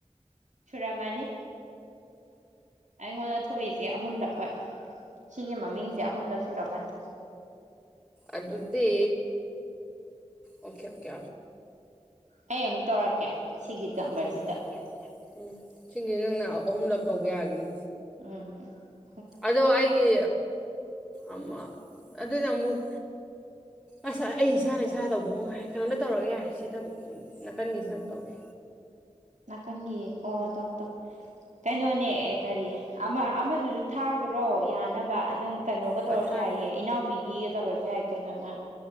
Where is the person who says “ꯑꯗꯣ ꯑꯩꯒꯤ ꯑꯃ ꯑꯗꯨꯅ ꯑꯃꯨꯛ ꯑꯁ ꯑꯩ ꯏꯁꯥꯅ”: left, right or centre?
Centre